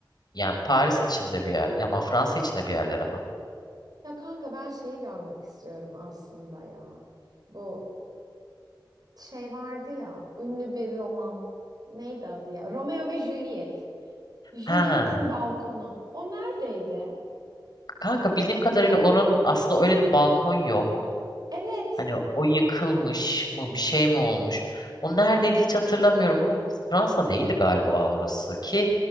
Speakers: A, on the left (about 55°); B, on the right (about 50°).
A: Yani Paris içinde bir yer, ya ama Fransa içinde bir yerlere mi?
B: Ya kanka ben şeyi görmek istiyorum aslında ya. Bu şey vardı ya ünlü bir roman. Neydi adı ya? Romeo ve Juliet. Juliet'in
A: Ha,
B: balkonu. O neredeydi?
A: kanka bildiğim kadarıyla oranın aslında öyle bir balkon yok.
B: Evet.
A: Hani o yıkılmış mı bir şey mi olmuş? O neredeydi hiç hatırlamıyorum ama Fransa değildi galiba orası ki